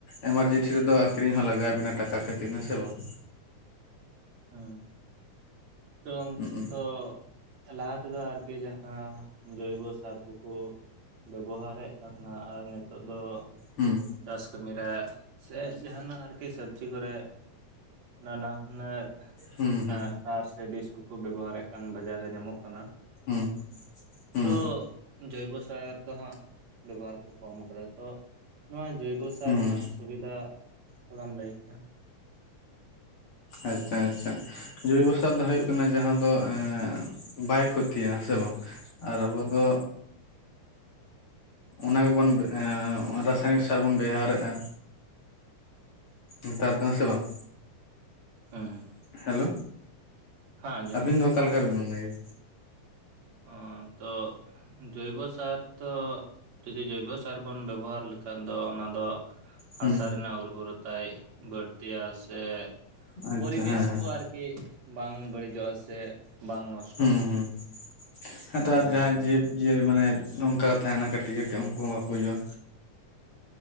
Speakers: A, on the left (about 45°); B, on the right (about 60°).
A: ᱮᱢᱟᱨᱡᱮᱱᱥᱤ ᱨᱮᱫᱚ ᱟᱠᱷᱨᱤᱧ ᱦᱚᱸ ᱞᱟᱜᱟᱣ ᱟᱵᱤᱱᱟ ᱴᱟᱠᱟ ᱠᱷᱟᱛᱤᱨ ᱦᱮᱸ ᱥᱮ ᱵᱟᱝ?
B: ᱦᱮᱸ ᱛᱚᱝ
A: ᱦᱩᱸ
B: ᱛᱚ, ᱞᱟᱦᱟ ᱛᱮᱫᱚ ᱟᱨᱠᱤ ᱡᱟᱦᱟᱸ ᱡᱳᱭᱵᱚ ᱥᱟᱨ ᱠᱚᱠᱚ, ᱵᱮᱵᱚᱦᱟᱨᱮᱜ ᱠᱟᱱᱟ ᱟᱨ ᱱᱤᱛᱚᱜ ᱫᱚ,
A: ᱦᱩᱸ,
B: ᱪᱟᱥ ᱠᱟᱹᱢᱤᱨᱮ ᱥᱮ ᱡᱟᱦᱟᱱᱟᱜ ᱟᱨᱠᱤ ᱥᱟᱵᱽᱡᱤ ᱠᱚᱨᱮ, ᱱᱟᱱᱟ ᱦᱩᱱᱟᱹᱨ
A: ᱦᱩᱸ ᱦᱩᱸ
B: ᱮᱸ, ᱥᱟᱨ ᱥᱮ ᱵᱤᱥ ᱠᱚᱠᱚ ᱵᱮᱵᱚᱦᱟᱨᱮᱫ ᱠᱟᱱ ᱵᱟᱡᱟᱨ ᱨᱮ ᱧᱟᱢᱚᱜ ᱠᱟᱱᱟ᱾
A: ᱦᱩᱸ, ᱦᱩᱸ
B: ᱛᱚ ᱡᱳᱚᱭᱵᱚ ᱥᱟᱨ ᱫᱚ ᱦᱟᱸᱜ, ᱵᱮᱵᱚᱦᱟᱨ ᱠᱚ ᱠᱚᱢ ᱠᱟᱫᱟ ᱛᱚ ᱱᱚᱣᱟ, ᱡᱳᱭᱵᱚ ᱥᱟᱨ
A: ᱦᱩᱸ
B: ᱨᱮᱱᱟᱜ ᱥᱩᱵᱤᱫᱷᱟ ᱛᱷᱚᱲᱟᱢ ᱞᱟᱹᱭ ᱠᱮᱭᱟ᱾
A: ᱟᱪᱪᱷᱟ ᱟᱪᱪᱷᱟ ᱡᱳᱭᱵᱚᱥᱟᱨ ᱫᱚ ᱦᱩᱭᱩᱜ ᱠᱟᱱᱟ ᱡᱟᱦᱟᱸ ᱫᱚ ᱮᱸ, ᱵᱟᱭ ᱠᱷᱚᱛᱤᱭᱟ ᱦᱮᱸ ᱥᱮ ᱵᱟᱝ ᱟᱨ ᱟᱵᱚ ᱫᱚ, ᱚᱱᱟ ᱜᱮᱵᱚᱱ ᱮᱸ ᱨᱟᱥᱟᱭᱱᱤᱠ ᱥᱟᱨ ᱵᱚᱱ ᱵᱮᱣᱦᱟᱨᱮᱜᱼᱟ᱾ ᱱᱮᱛᱟᱨ ᱫᱚ ᱦᱮᱸ ᱥᱮ ᱵᱟᱝ?
B: ᱦᱩᱸ,
A: ᱦᱮᱞᱳ,
B: ᱟᱸᱡᱚᱢᱚᱜ
A: ᱟᱹᱵᱤᱱ
B: ᱠᱟᱱᱟ
A: ᱫᱚ ᱚᱠᱟᱞᱮᱠᱟᱵᱤᱱ ᱢᱚᱱᱮ ᱭᱮᱫᱟ?
B: ᱚ, ᱛᱚ ᱡᱳᱭᱵᱚ ᱥᱟᱨ ᱛᱚ, ᱡᱩᱫᱤ ᱡᱳᱭᱵᱚ ᱥᱟᱨ ᱵᱚᱱ ᱵᱮᱵᱚᱦᱟᱨ ᱞᱮᱠᱷᱟᱱ ᱫᱚ ᱚᱱᱟ ᱫᱚ ᱦᱟᱥᱟ
A: ᱦᱩᱸ
B: ᱨᱮᱱᱟᱜ ᱩᱨᱵᱚᱨᱚᱛᱟᱭ ᱵᱟᱹᱲᱛᱤᱭᱟ ᱥᱮ,
A: ᱟᱪᱪᱷᱟ
B: ᱯᱚᱨᱤᱵᱮᱥ
A: ᱦᱮᱸ ᱦᱮᱸ
B: ᱠᱚ ᱟᱨ ᱠᱤ ᱵᱟᱝ ᱵᱟᱹᱲᱤᱡᱚᱜᱼᱟ ᱥᱮ ᱵᱟᱝ ᱱᱚᱥ
A: ᱦᱩᱸ ᱦᱩᱸ᱾ ᱦᱮᱸᱛᱚ ᱟᱨ
B: ᱵᱚᱱ
A: ᱡᱟᱦᱟᱸᱭ
B: ᱵᱮᱵᱚᱦᱟᱨ
A: ᱡᱤᱵᱽᱼᱡᱤᱭᱟᱹᱞᱤ
B: ᱞᱮᱠᱷᱟᱱ
A: ᱢᱟᱱᱮ ᱱᱚᱝᱠᱟ ᱠᱚ ᱛᱟᱦᱮᱸᱱᱟ ᱠᱟᱹᱴᱤᱡ ᱠᱟᱹᱴᱤᱡ ᱩᱱᱠᱩ ᱦᱚᱸ ᱵᱟᱠᱚ ᱜᱩᱡᱩᱜᱼᱟ᱾